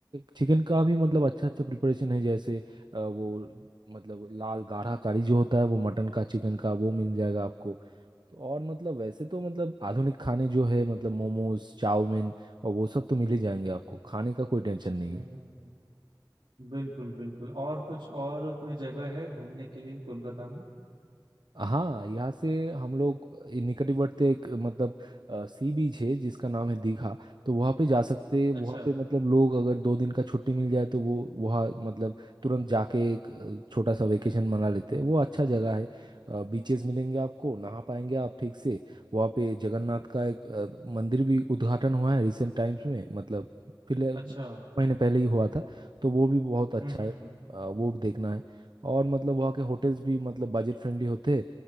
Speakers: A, on the right; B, on the right.
A: चिकन का भी मतलब अच्छा अच्छा प्रिपरेशन है जैसे अ, वो मतलब लाल गाढ़ा करी जो होता है वो मटन का चिकन का वो मिल जाएगा आपको तो और मतलब वैसे तो मतलब आधुनिक खाने जो है मतलब मोमोज चाउमीन और वो सब तो मिल ही जाएंगे आपको खाने का कोई टेंशन नहीं
B: हम्म
A: है
B: हम्म, हम्म। बिल्कुल बिल्कुल और कुछ और कोई जगह है घूमने के लिए कोलकाता में
A: हाँ यहाँ से हम लोग निकटवर्ती एक मतलब सी बीच है जिसका नाम है दीघा तो वहाँ पे जा सकते हैं
B: अच्छा
A: वहाँ पे मतलब लोग अगर दो दिन का छुट्टी मिल जाए तो वो वहाँ मतलब तुरंत जाके एक अ, छोटा सा वेकेशन मना लेते हैं वो अच्छा जगह है बीचेस मिलेंगे आपको नहा पाएंगे आप ठीक से वहाँ पे जगन्नाथ का एक अ, मंदिर भी उद्घाटन हुआ है रिसेंट टाइम्स में मतलब पिछले
B: अच्छा हम्म
A: महीने पहले ही हुआ था तो वो भी बहुत अच्छा
B: हम्म हम्म।
A: है अ, वो भी देखना है और मतलब वहाँ के होटल्स भी मतलब बजट फ्रेंडली होते हैं